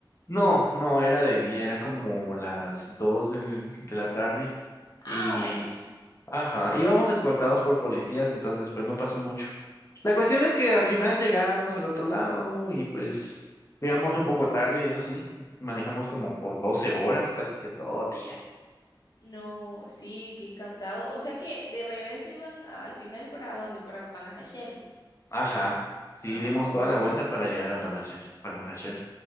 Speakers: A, on the left; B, on the left.
A: No, no, era de día, eran como las dos del- de la tarde y,
B: Ah, bueno.
A: ajá, íbamos escoltados por policías, entonces pues no pasó mucho. La cuestión es que al final llegamos al otro lado y pues llegamos un poco tarde, eso sí, manejamos como por 12 horas, casi que todo el día.
B: No, sí, qué cansado. O sea que de regreso iban al final para dónde, para Panajachel.
A: Ajá, sí,
B: Ah,
A: dimos
B: oh,
A: toda la vuelta para llegar a Panajachel.